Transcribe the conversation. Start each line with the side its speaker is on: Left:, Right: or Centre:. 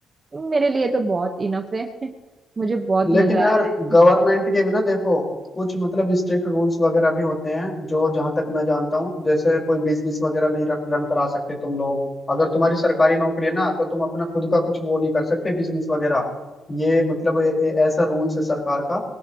Right: मेरे लिए तो बहुत इनफ है <laughs> मुझे बहुत
Left: लेकिन
Right: मजा
Left: यार
Right: आ रहा है
Left: गवर्नमेंट
Right: <laughs>
Left: के भी ना देखो कुछ मतलब स्ट्रिक्ट रूल्स वगैरह भी होते हैं जो जहां तक मैं जानता हूँ जैसे कोई बिजनेस वगैरह नहीं रन करा सकते तुम लोग अगर तुम्हारी सरकारी नौकरी है ना तो तुम अपना खुद का कुछ वो नहीं कर सकते बिजनेस वगैरह ये मतलब ए, ए, ऐसा रूल्स है सरकार का